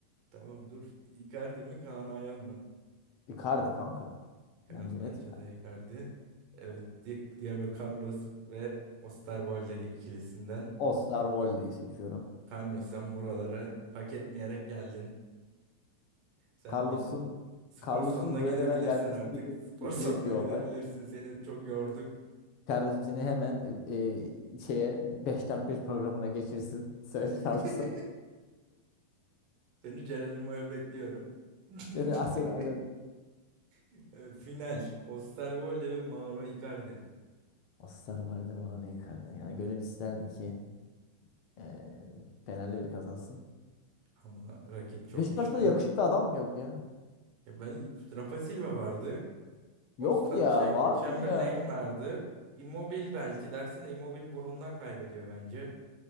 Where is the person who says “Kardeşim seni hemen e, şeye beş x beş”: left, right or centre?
Left